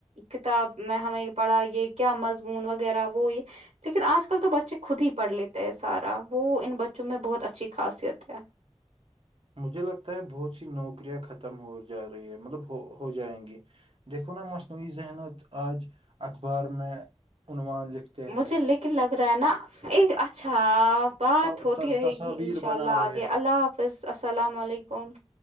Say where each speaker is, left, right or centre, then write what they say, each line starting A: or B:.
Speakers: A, on the right (about 80°); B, on the right (about 55°).
A: کتاب میں ہمیں پڑھا یہ کیا مضمون وغیرہ وہ یہ لیکن آج کل تو بچے خود ہی پڑھ لیتے ہیں سارا وہ ان بچوں میں بہت اچھی خاصیت ہے
B: مجھے لگتا ہے بہت سی نوکریاں ختم ہو جا رہی ہے مطلب ہو ہو جائیں گی دیکھو نا مصنوعی ذحنت آج اخبار میں عنوان ہیں
A: مجھے لیکن لگ رہا ہے نا ایک اچھا بات
B: ت-
A: ہوتی
B: ت-
A: رہے
B: تصاویر
A: گی انشاء
B: بنا
A: اللہ
B: رہے
A: آگے
B: ہیں
A: اللہ حافظ السلام علیکم